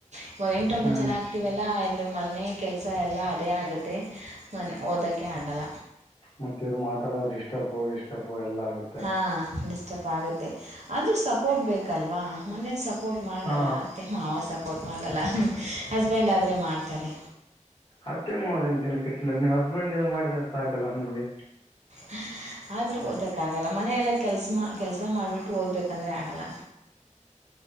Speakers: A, on the right; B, on the left.
A: ಇವಾಗ ಎಂಟ ಒಂಬತ್ತು
B: ಹ್ಮ್
A: ಜನ. ಇರ್ತೀವಿ ಅಲ್ವಾ ಮಲ್ನೆಯ ಕೆಲಸ ಎಲ್ಲ ಅದೇ ಆಗುತ್ತೆ ಮನೆ ಓದೋಕ್ಕೆ ಆಗಲ್ಲ.
B: ಮತ್ತೆವ್ರು ಮಾತಾಡೋರ ಡಿಸ್ಟರ್ಬ್ ಗಿಸ್ಟ್ರೆಬ್ವು ಎಲ್ಲ ಆಗುತ್ತೆ.
A: ಹ ಡಿಸ್ಟರ್ಪ್ ಆಗುತ್ತೆ ಆದೂ ಸಪೋರ್ಟ್ ಬೇಕಲ್ವಾ ಮನೇಲಿ ಸಪೋರ್ಟ್ ಮಾಡಲ್ಲ
B: ಹಾ
A: ಅತ್ತೆ ಮಾವ ಸಪೋರ್ಟ್ ಮಾಡಲ್ಲ ಹಸ್ಬೆಂಡ್ ಆದರೆ ಮಾಡ್ತಾರೆ.
B: ಅತ್ತೇ ಮಾವ ಎಂತಕ್ಕೆ ತಲೆ ಕೆಡಿಸ್ಕೊತಿರ ನೀವು ಹಸ್ಬೆಂಡ್ ಇದು ಮಾಡಿದ್ರೆ ಸಾಕಲ್ಲ ನಿಮ್ಗೆ.
A: <inaudible> ಆದ್ರೂ ಓದಕ್ಕಾಗಲ್ಲ ಮನೆಯೆಲ್ಲ ಕೆಲ್ಸ ಮಾ ಕೆಲಸ ಮಾಡಿಬಿಟ್ಟು ಓದ್ಬೇಕಂದ್ರೆ ಆಗಲ್ಲ.